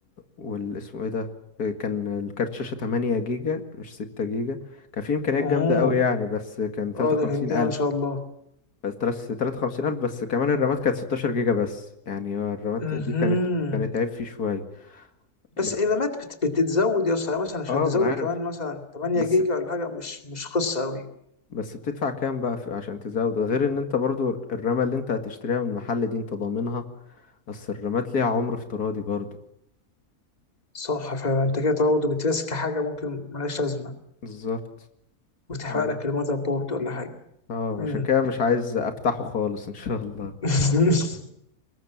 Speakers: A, on the left; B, on the left.
A: والاسمه ايه ده آه، كان الكارت شاشة 8 جيجا مش 6 جيجا كان في إمكانيات
B: اوه
A: جامدة قوي يعني بس كان 53
B: اه ده كان جامد
A: ألف
B: ما شاء الله
A: بس تلات تلاتة وخمسين ألف بس كمان الرامات كانت ستاشر جيجا بس يعني هو الرامات
B: مهم.
A: دي كانت كانت عيب فيه شوية
B: بس
A: ب-
B: الرامات بت- بتتزود يا اسطى يعني مثلا عشان
A: اه
B: تزود
A: ما أنا عارف
B: كمان مثلا 8
A: بس
B: جيجا ولا حاجه مش مش قصه قوي
A: بس بتدفع كام بقى في عشان تزود غير ان انت برضو الرامة اللي انت هتشتريها من المحل دي انت ضامنها بس الرامات ليها عمر افتراضي برضو
B: صح فعلا انت كده برضه بترسك حاجه ممكن ملهاش لازمه
A: بالظبط
B: وتحرق
A: اه
B: لك الموتر بورد ولا حاجه
A: آه،
B: مم.
A: عشان كده مش عايز افتحه خالص ان شاء الله
B: <laughs>